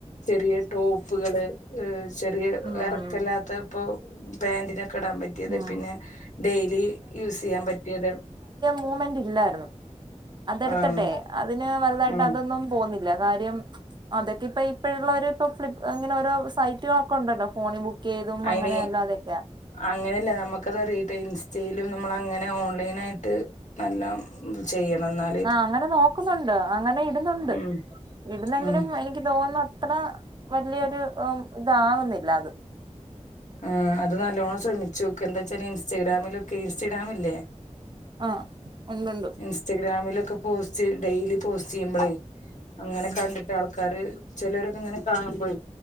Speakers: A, on the left; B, on the right.
A: ചെറിയ ടോപ്പുകള് ചെറിയ
B: ഉം
A: എറക്കല്ലാത്തത്
B: ഉം
A: പ്പോ പാന്റിനൊക്കെടാൻ പറ്റി റ്റ്യേത്
B: ഉം
A: പിന്നെ ഡെയ്ലി യൂസെയ്യാൻ പറ്റ്യേത്
B: മൂവ്മെന്റ്ല്ലാര്ന്നു അതെട്ത്ത്ട്ടെ
A: ആഹ്
B: അതിന് വല്ലതായിട്ട്
A: ഉം
B: അതൊന്നും പോന്നി ല്ല കാര്യം അതെ ഇപ്പ ഇപ്പഴ്ള്ളോര് ഇപ്പ ഫ്ലിപ്പ് ങ്ങനെ ഓരോ സൈറ്റുകളൊക്കെ ഒണ്ടല്ലോ ഫോണി ബുക്ക് ചെയ്തും
A: അയ്ന്
B: അങ്ങനെ അല്ലാതൊക്കെയാ
A: അങ്ങനല്ല നമ്മക്കത് റീട്ടെൽ ഇൻസ്റ്റെലും നമ്മളങ്ങനെ ഓൺലൈനായിട്ട് നല്ലം ചെയ്യണം ന്നാൽ
B: ആഹ് അങ്ങനെ നോക്കുന്നുണ്ട് അങ്ങനെ ഇടുന്നുണ്ട്
A: ഉം
B: ഇടുന്നെങ്കിലും
A: ഉം
B: എനിക്ക് തോന്നത്ര വല്യോരു ഇതാകുന്നില്ല അത്
A: ആഹ് അത് നല്ലോണം ശ്രമിച്ചോക്ക് എന്താച്ചാൽ ഇൻസ്റ്റാഗ്രാമിലൊക്കെ ഇൻസ്റ്റഗാമില്ലേ
B: ആഹ് ഉണ്ട്ണ്ട്
A: ഇൻസ്റ്റാഗ്രാമിലൊക്കെ പോസ്റ്റ് ഡെയ്ലി പോസ്റ്റെയ്യുബ്ലെ അങ്ങനെ
B: ഉം
A: കണ്ടിട്ട് ആൾ ക്കാര് ചെലോരൊക്കെങ്ങനെ കാണുമ്പേ